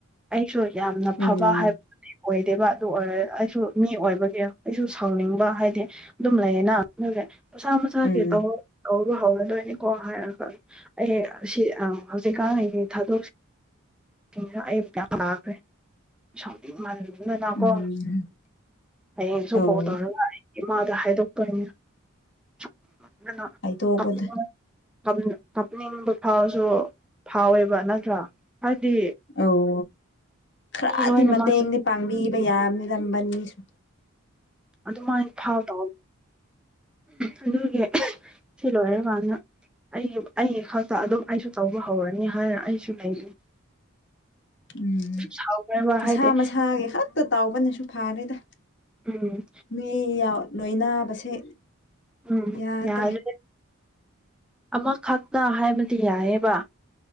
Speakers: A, in the centre; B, on the left.
A: ꯑꯩꯁꯨ ꯌꯥꯝꯅ
B: ꯎꯝ
A: ꯐꯕ ꯍꯥꯏꯕꯗꯨꯗꯤ ꯑꯣꯏꯗꯦꯕ ꯑꯗꯨ ꯑꯣꯏꯔ ꯑꯩꯁꯨ ꯃꯤ ꯑꯣꯢꯕꯒꯤ ꯑꯩꯁꯨ ꯁꯥꯎꯅꯤꯡꯕ ꯍꯥꯢꯗꯤ ꯑꯗꯨꯝ ꯂꯩꯌꯦꯅ ꯑꯗꯨꯒꯤ ꯃꯁꯥ ꯃꯁꯥꯒꯤ
B: ꯎꯝ
A: ꯇꯧꯔꯣ ꯇꯧꯕ ꯍꯧꯔꯗꯣꯢꯅꯤꯀꯣ ꯍꯥꯢꯔꯒ ꯑꯩ ꯍꯌꯦꯡ ꯁꯤ ꯑ ꯍꯧꯖꯤꯛꯀꯥꯟ ꯑꯩꯒꯤ ꯊꯥꯗꯣꯛ ꯐꯅ ꯑꯩ ꯐꯤꯌꯥꯝ ꯅꯥꯈ꯭ꯔꯦ ꯁꯥꯎꯅꯤꯡꯃꯜꯗꯅ
B: ꯎꯝ
A: ꯀꯣ ꯍꯌꯦꯡꯁꯨ
B: ꯑꯧ
A: ꯀꯣꯜ ꯇꯧꯔꯒ ꯑꯩ ꯏꯃꯥꯗ ꯍꯥꯏꯗꯣꯛꯀꯅꯤꯗ ꯁꯨꯛ ꯀꯟꯅ
B: ꯍꯥꯏꯗꯣꯛꯄꯗ
A: ꯀꯞꯅꯤꯡ ꯀꯞꯅꯤ ꯀꯞꯅꯤꯡꯕ ꯐꯥꯎꯔꯁꯨ ꯐꯥꯎꯋꯦꯕ ꯅꯠꯇ꯭ꯔꯣ ꯍꯥꯢꯗꯤ
B: ꯑꯧ ꯈꯔꯗꯤ
A: ꯂꯣꯏꯅꯃꯛꯁꯨ
B: ꯃꯇꯦꯡꯗꯤ ꯄꯥꯡꯕꯤꯕ ꯌꯥꯕꯅꯤꯗ ꯃꯅꯤꯁꯨ
A: ꯑꯗꯨꯃꯥꯏꯅ ꯐꯎ ꯇꯧ ꯑꯗꯨꯒꯤ ꯁꯤ ꯂꯣꯏꯔꯀꯥꯟꯗ ꯑꯩꯒꯤ ꯑꯩꯒꯤ ꯈꯛꯇ ꯑꯗꯨꯝ ꯑꯩꯁꯨ ꯇꯧꯕ ꯍꯧꯔꯅꯤ ꯍꯥꯏꯅ ꯑꯩꯁꯨ ꯂꯩꯕꯅꯤ
B: ꯎꯝ
A: ꯁꯥꯎꯈ꯭ꯔꯦꯕ
B: ꯃꯁꯥ
A: ꯍꯥꯏꯗꯤ
B: ꯃꯁꯥꯒꯤ ꯈꯛꯇ ꯇꯥꯎꯕꯅꯁꯨ ꯐꯥꯔꯦꯗ
A: ꯎꯝ
B: ꯃꯤꯌꯥꯝ ꯂꯣꯏꯅꯕꯁꯦ
A: ꯎꯝ
B: ꯌꯥꯗ꯭ꯔꯦ
A: ꯌꯥꯗ꯭ꯔꯦꯗ ꯑꯃꯈꯛꯇ ꯍꯥꯏꯕꯗꯤ ꯌꯥꯏꯌꯦꯕ